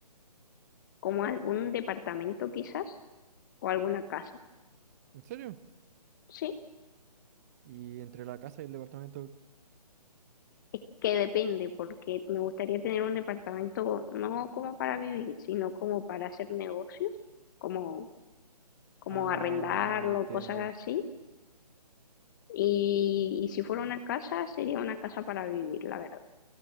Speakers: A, on the left; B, on the right.
A: como algún departamento quizás, o alguna casa,
B: ¿En serio?
A: sí.
B: ¿Y entre la casa y el departamento?
A: Es que depende, porque me gustaría tener un departamento no como para vivir, sino como para hacer negocios, como como
B: Ah,
A: arrendarlo,
B: entiendo.
A: cosas así. Y, y si fuera una casa, sería una casa para vivir, la verdad.